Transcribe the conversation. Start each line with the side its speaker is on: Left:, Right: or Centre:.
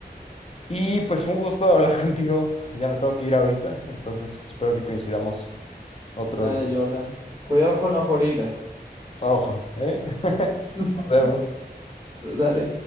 Left: Y pues fue un gusto hablar <laughs> contigo. Ya me tengo que ir ahorita, entonces espero que coincidamos otro
Right: Dale,
Left: día.
Right: Jordan. Cuidado con los gorilas.
Left: Ojo, ¿eh? <laughs>
Right: <laughs>
Left: Nos vemos.
Right: Dale.